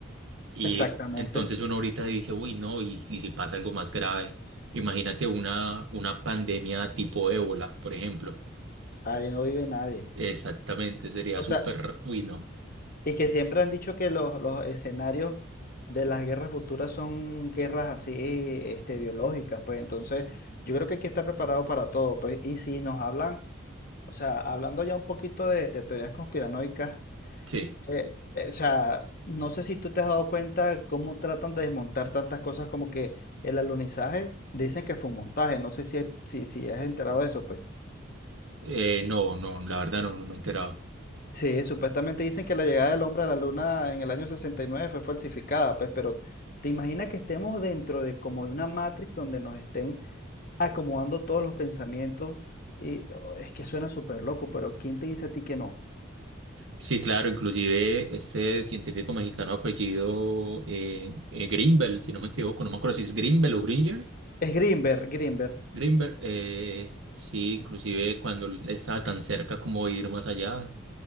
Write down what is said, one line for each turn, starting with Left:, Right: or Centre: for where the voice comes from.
Right: y
Left: Exactamente.
Right: entonces uno ahorita dice, uy, no, y, y si pasa algo más grave, imagínate una, una pandemia tipo ébola, por ejemplo.
Left: Ahí no vive nadie.
Right: Exactamente, sería
Left: O
Right: súper,
Left: sea,
Right: uy, no.
Left: Y que siempre han dicho que los, los escenarios de las guerras futuras son guerras así, este, biológicas, pues entonces yo creo que hay que estar preparado para todo, pues. Y si nos hablan, o sea, hablando ya un poquito de, de teorías conspiranoicas,
Right: Sí,
Left: eh, eh, o sea, no sé si tú te has dado cuenta cómo tratan de desmontar tantas cosas como que el alunizaje, dicen que fue un montaje, no sé si, es- si, si has enterado de eso, pues.
Right: Eh, no, no, la verdad no, no me he enterado.
Left: Sí, supuestamente dicen que la llegada del hombre a la luna en el año 69 fue falsificada, pues, pero ¿te imaginas que estemos dentro de como de una Matrix donde nos estén acomodando todos los pensamientos? Y oh, es que suena súper loco, pero ¿quién te dice a ti que no?
Right: Sí, claro, inclusive este científico mexicano apellido eh, eh, Greenbel, si no me equivoco, no me acuerdo si es Greenbel o Gringer.
Left: Es Greenberg, Greenberg.
Right: Greenberg, eh, sí, inclusive cuando él estaba tan cerca como de ir más allá,